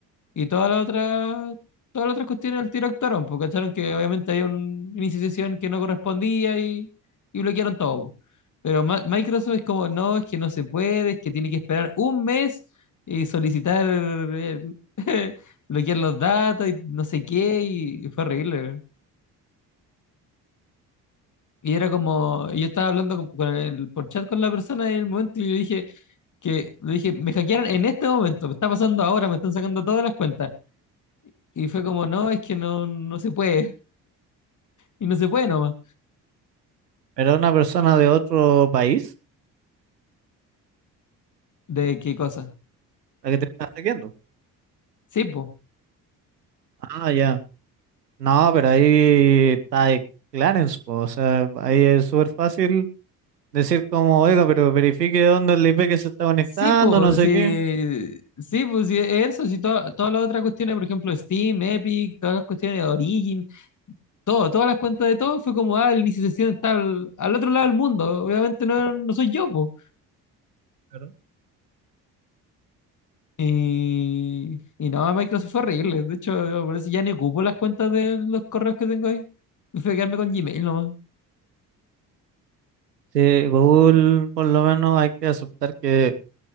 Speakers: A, on the left; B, on the right.
A: Y todas las otras, todas las otras cuestiones al tiro actuaron, porque acharon que obviamente había un inicio de sesión que no correspondía y, y bloquearon todo. Pero Ma- Microsoft es como, no, es que no se puede, es que tiene que esperar un mes y solicitar eh, <laughs> bloquear los datos y no sé qué, y, y fue horrible. Y era como, yo estaba hablando con, con el, por chat con la persona en el momento y le dije que, le dije, me hackearon en este momento, me está pasando ahora, me están sacando todas las cuentas. Y fue como, no, es que no, no se puede. Y no se puede nomás.
B: Pero una persona de otro país,
A: ¿De qué cosa?
B: la que te está hackeando.
A: Sí, pues.
B: Ah, ya. No, pero ahí está el Clarence, po, o sea, ahí es súper fácil decir como, oiga, pero verifique dónde es el IP que se está conectando,
A: Sí, pues,
B: no sé
A: sí,
B: qué.
A: sí, pues, sí, eso, sí, to- todas las otras cuestiones, por ejemplo, Steam, Epic, todas las cuestiones de Origin, todo, todas las cuentas de todo, fue como, ah, el inicio de sesión está al, al otro lado del mundo, obviamente no, no soy yo, pues.
B: Claro.
A: Y, y no, Microsoft fue horrible, de hecho, yo por eso ya ni ocupo las cuentas de los correos que tengo ahí, prefiero quedarme con Gmail nomás.
B: Sí, Google, por lo menos hay que aceptar que